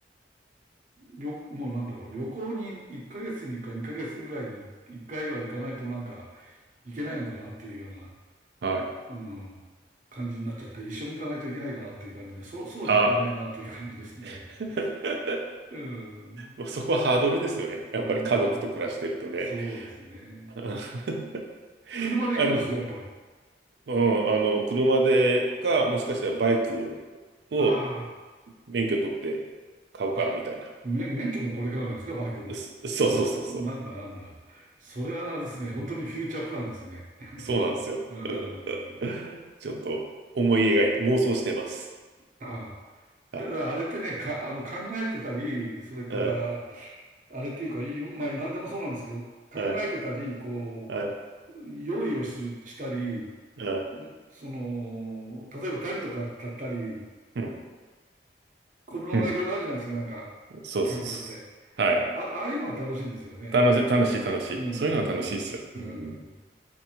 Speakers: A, on the right; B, on the right.
A: 旅、もうなんだろう、旅行に1ヶ月にか2ヶ月ぐらいに1回は行かないとなんか行けないのかなっていうような、
B: はい。
A: うん、感じになっちゃって、一緒に行かないといけないかなっていう感じで、そ、そうじゃいけないなという感じですね。
B: あ、<laughs>
A: <laughs> うん、
B: もうそこはハードルですよね。やっぱり家族と暮らしてるとね。
A: うん、うんそうですね。
B: <laughs>
A: 車で行くんですよ、
B: あの、
A: やっぱり。
B: うん、あの、車でか、もしかしたらバイクを
A: あ
B: 免許取って買うか、
A: あ、あ、
B: みたいな。
A: め、免許もこれからなんですか、バイクの。
B: す <laughs> そうそうそうそう。
A: なんだなんだ。それはですね、本当にフューチャープランですね。<laughs>
B: そうなんですよ。
A: うん。
B: <laughs> うんちょっと思い描いて、妄想してます。
A: ああ。
B: はい。
A: だからあれってね、か、あの、考えてたり、それから、
B: はい。
A: あれっていうか、まあ、何でもそうなんですけど、考えてたり、
B: はい。
A: こ
B: はい。
A: う、用意をする、したり、
B: はい
A: その、例えばテントか買ったり、
B: うん。
A: 小物がいろいろあるじゃないですか、
B: うん。
A: なんか、
B: そうそうそ
A: キャンプって。
B: う。はい。
A: あ、ああいうのが楽しいんですよね。
B: 楽しい、楽しい、楽しい。
A: うん、
B: そういうのは楽しいですよ。
A: うん。
B: うん。